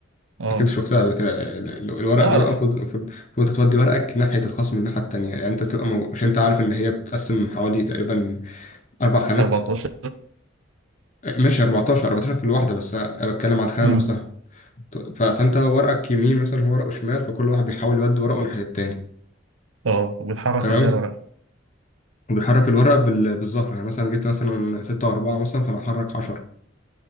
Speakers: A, on the right (about 80°); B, on the left (about 35°).
A: اه
B: أكيد شفتها قبل كده ال- ال- الورق
A: اه
B: ده
A: عارف
B: بقى المفروض المفروض المفروض أنت تودي ورقك ناحية الخصم الناحية التانية يعني أنت بتبقى مو... مش أنت عارف إن هي بتتقسم حوالي تقريبا أربع خانات
A: 14
B: ماشي 14 14 في الواحدة بس أنا بتكلم على الخانة
A: مم.
B: نفسها ف- فأنت ورقك يمين مثلا هو ورقه شمال فكل واحد بيحاول يودي ورقه ناحية التاني
A: اه وبيتحرك
B: تمام
A: ازاي الورق
B: وبيحرك الورقة بال... بالظهر يعني مثلا جبت مثلا ستة وأربعة مثلا فأنا أحرك عشرة